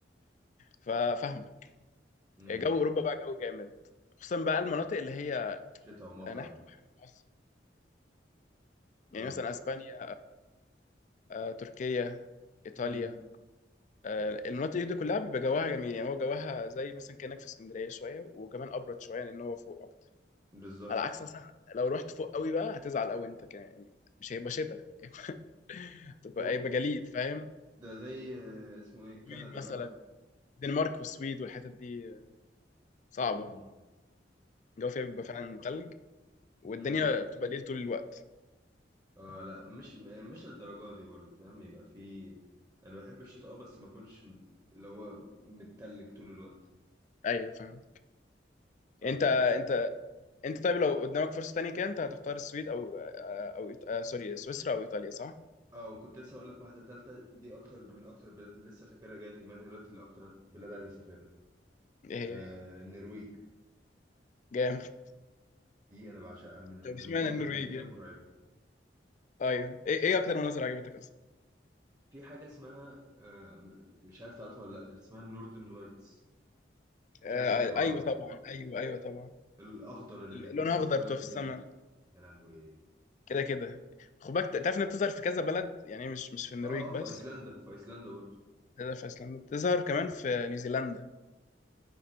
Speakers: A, on the left; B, on the right.
A: ففاهمك
B: امم
A: جو اوروبا بقى جو جامد خصوصا بقى المناطق اللي هي
B: شتاء ومطره
A: ناحيه البحر المتوسط يعني
B: اه
A: مثلا اسبانيا آه، تركيا ايطاليا
B: امم
A: آه، المناطق دي كلها بيبقى جواها جميل يعني هو جواها زي مثلا كانك في اسكندريه شويه وكمان ابرد شويه لان هو فوق اكتر
B: بالظبط
A: على عكس مثلا لو رحت فوق قوي بقى هتزعل قوي انت كده يعني مش هيبقى شتاء <laughs> تبقى
B: فوق
A: هيبقى جليد فاهم
B: ده زي آه، اسمه ايه
A: سويد
B: كندا
A: مثلا
B: بقى و-
A: الدنمارك والسويد والحتت دي صعبه
B: امم
A: الجو فيها بيبقى فعلا تلج والدنيا
B: امم
A: بتبقى ليل طول الوقت
B: اه لا مش م- مش للدرجه دي برضو فاهم يبقى في انا بحب الشتاء اه بس ما اكونش م- اللي هو متلج طول الوقت
A: ايوه فاهم
B: طب
A: انت
B: انت عارف
A: انت انت طيب لو قدامك فرصه تانية كده انت هتختار السويد او آه، او إيط- آه، سوري سويسرا او ايطاليا صح؟
B: اه وكنت لسه اقول لك واحده تالته دي اكتر من اكتر بلاد لسه فاكرها جايه في دماغي دلوقتي اللي اكتر بلاد عايز اسافرها
A: ايه
B: آه،
A: هي؟
B: النرويج
A: جامد
B: دي انا بعشقها من المناظر
A: طب اشمعنى النرويج
B: اللي فيها
A: يعني
B: مرعبه
A: ايوه ايه ايه اكتر مناظر عجبتك اصلا
B: في حاجه اسمها آه، م- مش عارف تعرفها ولا لا اسمها النوردن لايتس
A: آه
B: مش عارف اسمها ايه بالعربي
A: ايوه طبعا ايوه ايوه طبعا
B: الاخضر اللي بيكون
A: اللون اخضر
B: في السماء
A: بتوع
B: بالليل
A: في السماء
B: يا لهوي
A: كده كده خد بالك تعرف انها بتظهر في كذا بلد يعني مش مش في النرويج
B: اه اه
A: بس
B: في ايسلندا في ايسلندا برضو
A: بتظهر في ايسلندا بتظهر كمان في نيوزيلندا